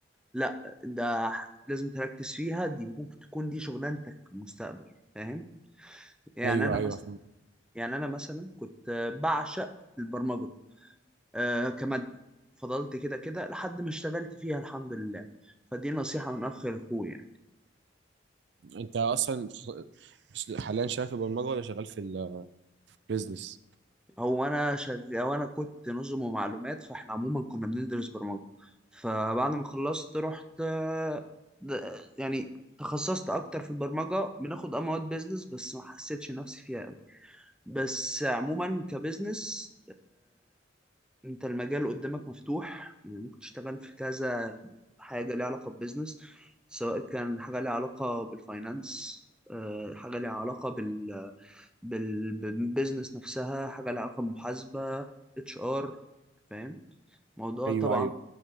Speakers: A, in the centre; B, on the right.
A: لا ده ح- لازم تركز فيها دي ممكن تكون دي شغلانتك في المستقبل فاهم يعني
B: ايوه
A: انا مثلا
B: ايوه
A: يعني انا مثلا كنت بعشق البرمجة آه كمادة فضلت كده كده لحد ما اشتغلت فيها الحمد لله فدي نصيحة من أخ لأخوه يعني
B: انت اصلا خ- حاليا شغال في البرمجه ولا شغال في البيزنس
A: هو أنا شغ... هو أنا كنت نظم ومعلومات فإحنا عموما كنا بندرس برمجة فبعد ما خلصت رحت آه، د- يعني تخصصت أكتر في البرمجة بناخد أه مواد بيزنس بس ما حسيتش نفسي فيها أوي بس عموما كبزنس انت المجال قدامك مفتوح يعني ممكن تشتغل في كذا حاجة ليها علاقة ببزنس سواء كان حاجة ليها علاقة بالفاينانس آه، حاجة ليها علاقة بال بال- بالبيزنس نفسها حاجة ليها علاقة بمحاسبة اتش ار فاهم موضوع
B: ايوه
A: طبعا
B: ايوه